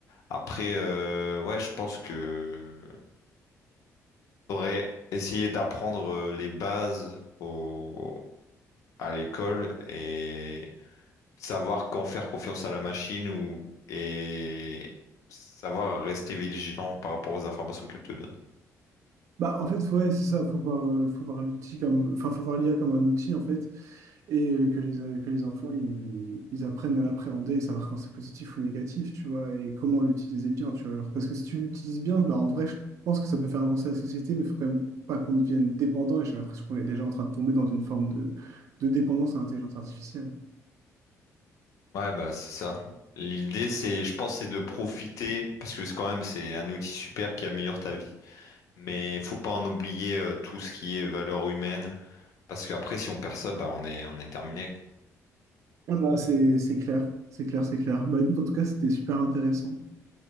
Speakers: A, on the left (about 65°); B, on the right (about 60°).
A: Après, euh, ouais, je pense que faudrait essayer d'apprendre euh, les bases au, à l'école et savoir quand faire confiance à la machine ou et savoir rester vigilant par rapport aux informations qu'elle te donne.
B: Bah, en fait, ouais, c'est ça, faut voir, euh, faut voir l'outil comme, enfin, faut voir l'IA comme un outil, en fait. et euh, que les, euh, que les enfants ils, ils apprennent à l'appréhender et savoir quand c'est positif ou négatif, tu vois, et comment l'utiliser bien, tu vois. Alors, parce que si tu l'utilises bien, bah, en vrai, je pense que ça peut faire avancer la société, mais il faut quand même pas qu'on devienne dépendant, et j'ai l'impression qu'on est déjà en train de tomber dans une forme de, de dépendance à l'intelligence artificielle.
A: Ouais, bah c'est ça. L'idée, c'est, je pense, c'est de profiter parce que c'est quand même c'est un outil super qui améliore ta vie. Mais il faut pas en oublier euh, tout ce qui est valeur humaine. Parce qu'après, si on perd ça, bah, on est, on est terminé.
B: Ah bah, c'est, c'est clair, c'est clair, c'est clair. Bah écoute, en tout cas, c'était super intéressant.